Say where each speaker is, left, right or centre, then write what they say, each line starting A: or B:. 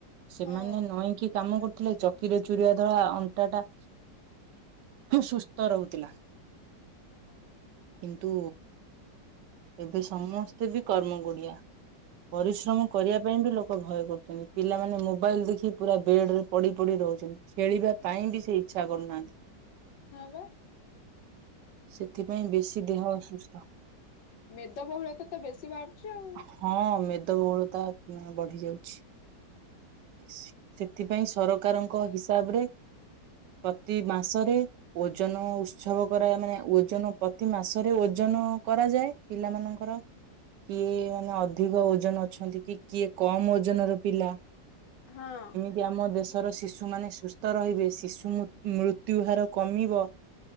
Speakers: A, on the right (about 75°); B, on the left (about 80°).
A: ସେମାନେ
B: ହଁ।
A: ନଇଁ କି କାମ କରୁ ଥିଲେ ଚକିରେ ଚୁରିିବା ଦ୍ଵାରା ଅଣ୍ଟା ଟା ସୁସ୍ଥ ରହୁଥିଲା।
B: ହଁ।
A: ତୁ ଏବେ ସମସ୍ତେ ବି କର୍ମ କୋଢିଆ। ପରିଶ୍ରମ କରିବା ପାଇଁ ବି ଲୋକ ଭୟ କରୁଛନ୍ତି ପିଲାମାନେ ମୋବାଇଲ ଦେଖି ପୁରା ବେଡରେ ପଡ଼ି ପଡ଼ିି ରହୁଛନ୍ତି ଖେଳିବା ପାଇଁ ବି ସେ ଇଚ୍ଛା କରୁନାହାନ୍ତି।
B: ହଁ ପା।
A: ସେଥିପାଇଁ ବେଶୀ ଦେହ ଅସୁସ୍ଥ।
B: ମେଦବହୁଳା ତା ତ ବେଶୀ ବାହାରୁଛି ଆଉ।
A: ହଁ ମେଦବହୁଳତା ଉଁ ବଢି ଯାଉଛି। ବେସି ସେଥିପାଇଁ ସରକାରଙ୍କ ହିସାବରେ ପ୍ରତି ମାସରେ ଓଜନ ଉତ୍ସବ କରା ମାନେ ଓଜନ ପ୍ରତି ମାସରେ ଓଜନ କରାଯାଏ। ପିଲାମାନଙ୍କର। କିଏ ମାନେ ଅଧିକ ଓଜନ ଅଛନ୍ତି କି କିଏ କମ ଓଜନ ର ପିଲା।
B: ହଁ।
A: ଯେ ଆମ ଦେଶର ଶିଶୁମାନେ ସୁସ୍ଥ ରହିବେ ଶିଶୁ ମୁ ମୃତ୍ୟୁ ହାର କମିବ।